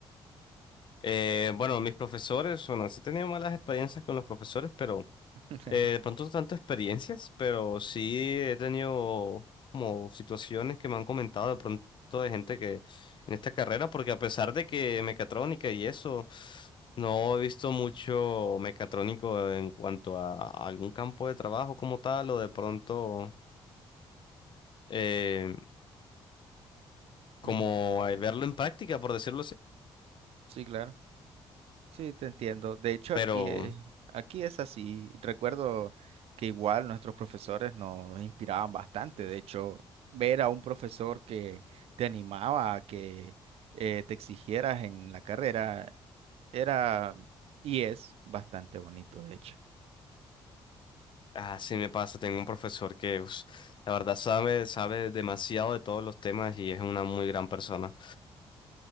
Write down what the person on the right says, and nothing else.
<laughs>
Ujú.
Sí, claro. Sí, te entiendo. De hecho,
aquí, es- aquí es así. Recuerdo que igual nuestros profesores nos inspiraban bastante. De hecho, ver a un profesor que te animaba a que eh, te exigieras en la carrera era y es bastante bonito, de hecho.